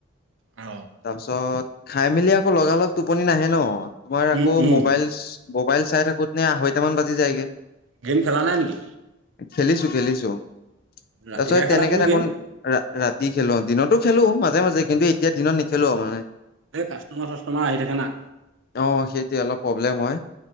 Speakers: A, on the right (about 65°); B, on the left (about 45°).
A: অ'।
B: তাৰপিছত খাই মেলি আকৌ লগালগ টোপনি নাহে ন। তোমাৰ আকৌ
A: উম, উম,
B: মবাইল মোবাইল চাই থাকোঁ‌ত নে আঢ়ৈটামান বাজি যায়গে।
A: গেম খেলা নাই নেকি?
B: খেলিছোঁ খেলিছোঁ। তাৰ
A: ৰাতিহে
B: পিছত
A: খেলা
B: তেনেকে
A: তুমি
B: থাকো
A: গেম,
B: ৰাতি খেলো দিনতো। খেলো মাজে মাজে কিন্তু এতিয়া দিনত নেখেলো মানে।
A: এই কাষ্টমাৰ চাষ্টমাৰ আহি থাকে না।
B: অ' সেইটোৱে অলপ প্ৰব্লেম হয়।